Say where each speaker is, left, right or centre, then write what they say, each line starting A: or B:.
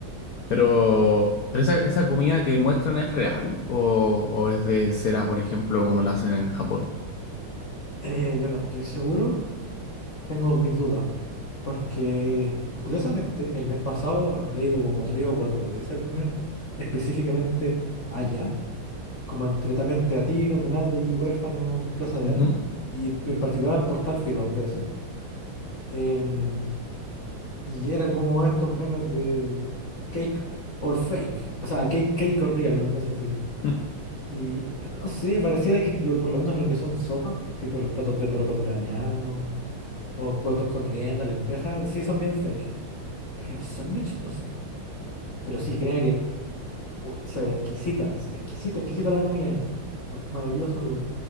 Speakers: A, on the left; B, on the left.
A: Pero, ¿pero esa, esa comida que muestran es real o, o es de cera, por ejemplo, como la hacen en Japón?
B: Eh, yo no estoy seguro Tengo mis dudas, porque curiosamente el mes pasado habré ido como tres o cuatro veces a comer, específicamente allá, como entre también Teatino, Munate y Huérfano, Plaza de
A: Ujú.
B: Armas, y en particular al Portal fui dos veces, em, y era como estos memes de cake or fake, o sea, cake, cake or real, una cosa así.
A: <laughs>
B: Y no sé, pareciera que lo- por lo menos lo que son sopas, tipo los platos de porotos graneados o porotos con rienda, lentejas, sí son bien fake. Pero los sándwiches, no sé. Pero sí, créeme que uy, se ve exquisita, se ve exquisita, exquisita la comida ahí. Mar- maravilloso lugar.